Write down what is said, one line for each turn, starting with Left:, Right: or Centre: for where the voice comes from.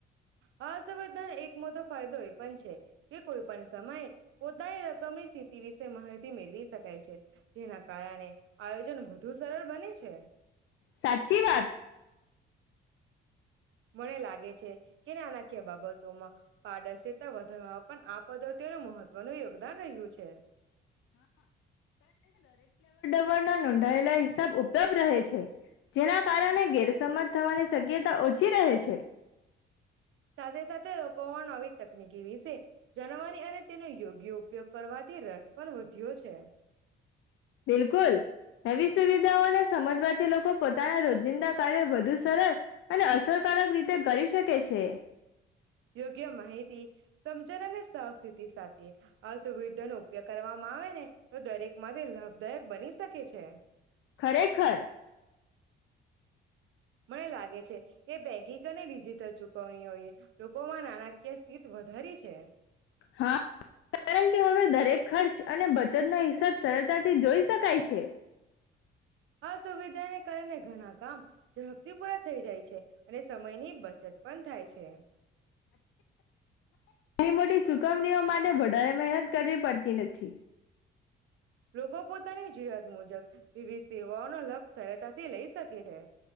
Right: હા સંવેધના, એક મોટો ફાયદો એ પણ છે. કે કોઈ પણ સમયે, પોતાની રકમની સ્થિતિ વિશે માહિતી મેળવી શકે <unintelligible> છે. જેના કારણે, આયોજન વધુ સરળ બને છે.
Left: સાચી વાત.
Right: મને લાગે છે કે નાણાકીય બાબતોમાં, પારદર્શીતા વધારવામાં પણ આ પદ્ધતિઓનું મહત્વનું યોગદાન રહ્યું છે.
Left: નોંધાયેલા હિસાબ ઉપલબ્ધ રહે છે, જેના કારણે ગેરસમજ થવાની શક્યતા ઓ છી રહે છે.
Right: સાથે-સાથે લોકોમાં નવી તકનીકી એવી છે. જાણવાની અને તેનો યોગ યોગ્ય ઉપયોગ કરવાથી રસ પણ વધ્યો છે.
Left: બિલકુલ નવી સુવિધાઓને સમજવાથી લોકો પોત તાના રોજિંદા કાર્ય વધુ સરળ અને અસરકારક રીતે કરી શકે છે.
Right: યોગ્ય માહિતી સમજણ અને સાવચેતી સાથે એ અસુુવિધાનો ઉપયોગ કરવામાં આવે ને તો દરેક માટે લાભદાયક બની શકે છે.
Left: ખરેખર
Right: મને લાગે છે કે બેૈગીક અને ડિજિટલ ચુકવણીઓ એ લોકોમાં નાણાકીય સ્થિત વધારી છે.
Left: હા કારણ કે હવે દરેક ખર્ચ અને બચતનો હિસાબ સરળતાથી જોઈ શકાય છે.
Right: આ સુવિધાને કારણે ઘણાક કામ ઝડપથી પૂરા થઈ જાય છે અને સમયની બચત પણ થાય છે.
Left: ઘની મોટી ચુકવણીઓ માટે વધારે મહેનત કરવી પડતી નથી.
Right: લોકો પોતાની જરૂરિયાત મુજબ વિવિધ સેવાઓનો લાભ સરળતાથી લઈ શકે છે.